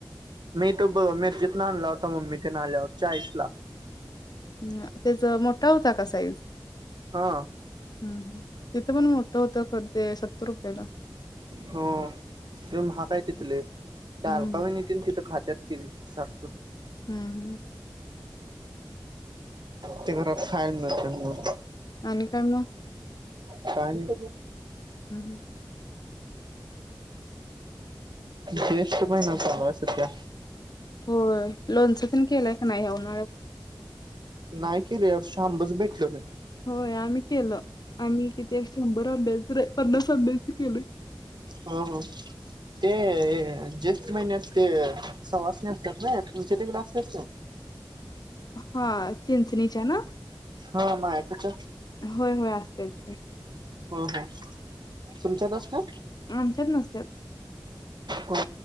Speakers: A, on the right; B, on the left.
A: मी तो ब मिर्चीतन आणला होता मम्मी तेन आल्यावर चाळीस ला.
B: ह त्याच मोठा होता का साईज?
A: हा.
B: हूं तिथं पण मोठं होतं पण ते सत्तर रुपयाला
A: हो ते म्हाग काय तिथले त्या
B: हम्म,
A: अलकावहिनी तीन तिथं खातत कि सक् <unintelligible>
B: हूं!
A: ते घरात खायाला मिळत न मग
B: आणि काय म!
A: काय नही.
B: हं.
A: जेष्ठ महिना चालू आहे सध्या.
B: हो लोणचं पण केलंय का नाही उन्हाळ्यात.
A: नायकेले यावर्षी आंबज भेटल नाही
B: होय आम्ही केलं, आम्ही किती शंभर आंब्याचं नाई पन्नास आंब्याच केलं.
A: हो हो! ते ज्येष्ठ महिन्यात ते सवासणी असत्यात ना, तुमच्या तिकड असत्यात का? <inaudible>
B: हा चिंचणीच्या ना
A: हा म ऐकूच
B: होय, होय असत्यात की.
A: हो हो तुमच्याआसत्या
B: आमच्यात नसत्यात.
A: हो